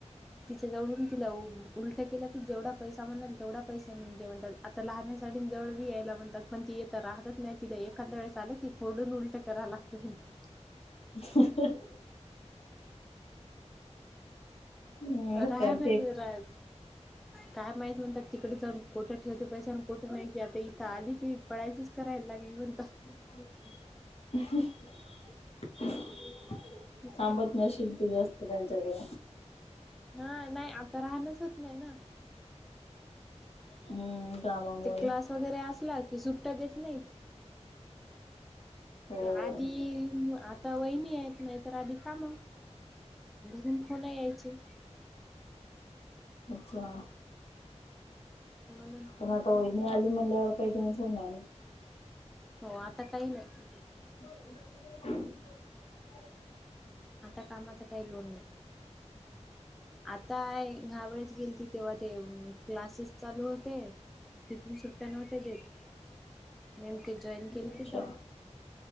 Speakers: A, in the centre; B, on the left (about 55°).
A: तिच्या जवळून तिला उलट केलं की जेवढा पैसा म्हणाल तेवढा पैसेसा नाही ते म्हणता आता लहण्या साठी जवळ बी यायला म्हणतात पण ती येतता राहतच नाही तिला एखाद वेळेस आले की मोडून उलट कराव लागते म्हणत
B: <unintelligible> हा
A: राहायला
B: का तेच
A: रा काय माहित म्हणतात तिकडे जाऊन कोठं ठेवते पैश आणि कोठं नाही की आता इथं आली की पडायचंच रायला लागलीऊंत.
B: ह.
A: ह
B: थांबत नशील तू जास्त त्यांच्याकडे.
A: ह नाही आता राहणच होत नाही ना.
B: हम्म कामामुळे
A: ते क्लास वगैरे असला कि सुट्टा देत नाहीत.
B: हो
A: आधी आता वहिनी आहेत ना. तर अध कााम घरून फोन यायचे.
B: अच्छा
A: म्हणून
B: पण आता वईणी आली म्हणल्यावर काही टन्शन नाही
A: हो आता काही नाही
B: ह
A: आता कामाचा काही लोन नाही आता ह्यावेळेस गेली त तेव्हा ते क्लासेस चालू होते तिथून सुट्टा नव्हत्या देत नेमके जॉईन केले
B: अच्छा
A: तिथ